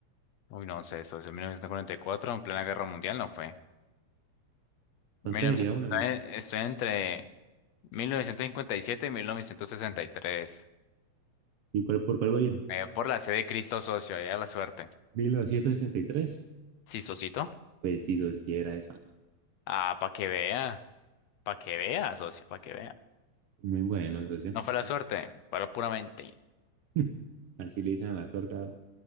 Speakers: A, on the left; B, on the right.
A: Uy, no sé, socio. 1944, en plena guerra mundial, no fue.
B: Entonces
A: 1900
B: sería uno. ¿no?
A: Estoy entre 1957 y 1963.
B: ¿Y cuál, por cuál va a ir?
A: Eh, por la sede de Cristo, socio. Ya la suerte.
B: mil novecientos sesenta y tres
A: Sí, socito.
B: Preciso, si era esa.
A: Ah, para que vea. Para que vea, socio. Para que vea.
B: Muy bueno, socio.
A: No fue la suerte, fue la pura mente.
B: <laughs> Así le dicen a la suerte ahora.